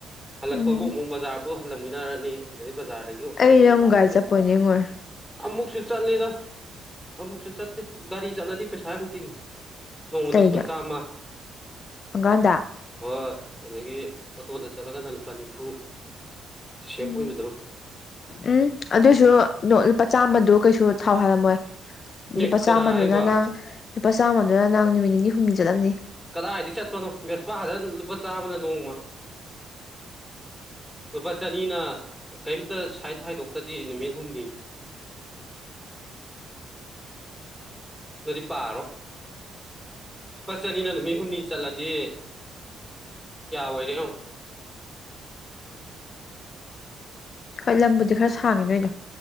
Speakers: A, in the centre; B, on the left.
A: ꯍꯜꯂꯛꯄꯕꯨ
B: ꯎꯝ
A: ꯑꯃꯨꯛ ꯕꯖꯥꯔꯕꯨ ꯍꯜꯂꯝꯃꯤꯟꯅꯔꯅꯤ ꯑꯗꯨꯩ ꯕꯖꯥꯔꯗꯒꯤ ꯑꯣꯇꯣꯗ
B: ꯑꯩ
A: ꯑꯃꯨꯛ
B: ꯅꯪ
A: ꯂꯥꯛꯑꯅꯤ
B: ꯒꯥꯔꯤ ꯆꯠꯄꯣꯏ ꯅꯤꯡꯉꯨꯔꯦ
A: ꯑꯃꯨꯛꯁꯨ ꯆꯠꯂꯤꯗ ꯑꯃꯨꯛꯁꯨ ꯆꯠꯇꯦ ꯒꯥꯔꯤ ꯆꯠꯂꯗꯤ ꯄꯩꯁꯥ ꯌꯥꯝ ꯇꯤꯡꯉꯤ ꯅꯣꯡꯃꯗ
B: ꯀꯩꯒꯤ
A: ꯂꯨꯄꯥ ꯆꯥꯝꯃ
B: ꯍꯪꯒꯥꯥꯟꯗ
A: ꯍꯣꯏ ꯑꯗꯨꯗꯒꯤ ꯑꯣꯇꯣꯗ ꯆꯠꯂꯒꯅ ꯂꯨꯄꯥ ꯅꯤꯐꯨ ꯁꯦꯞ
B: ꯎꯝ
A: ꯑꯣꯏꯕꯗꯣ
B: ꯎꯝ ꯑꯗꯨꯁꯨ ꯂꯨꯄꯥ ꯆꯥꯝꯃꯗꯨ ꯀꯩꯁꯨ ꯊꯥꯎ ꯍꯥꯜꯂꯝꯃꯣꯏ
A: ꯑꯦ
B: ꯂꯨꯄꯥ
A: ꯀꯅꯥ
B: ꯆꯥꯝꯃꯗꯨꯅ
A: ꯍꯥꯏꯕ
B: ꯅꯪ ꯂꯨꯄꯥ ꯆꯥꯝꯃꯗꯨꯅ ꯅꯪ ꯅꯨꯃꯤꯠ ꯅꯤꯅꯤ ꯍꯨꯝꯅꯤ ꯆꯠꯂꯕꯅꯤ
A: ꯀꯗꯥꯏꯗꯤ ꯆꯠꯄꯅꯣ ꯕꯦꯁꯄꯥ ꯈꯗ ꯂꯨꯄꯥ ꯆꯥꯝꯃꯅ ꯅꯣꯡꯃ ꯁꯄꯥ ꯆꯅꯤꯅ ꯀꯩꯝꯇ ꯁꯥꯏꯠ ꯍꯥꯏꯗꯣꯛꯇꯗꯤ ꯅꯨꯃꯤꯠ ꯍꯨꯝꯅꯤ ꯑꯗꯨꯔꯤ ꯄꯥꯔꯣ ꯐꯠ ꯆꯅꯤꯅ ꯅꯨꯃꯤꯠ ꯍꯨꯝꯅꯤ ꯆꯠꯂꯗꯤ ꯀꯌꯥ ꯑꯣꯏꯣꯏꯔꯦ
B: ꯍꯣꯏ ꯂꯝꯕꯨꯗꯤ ꯈꯔ ꯁꯥꯡꯉꯤ ꯅꯣꯏꯗꯣ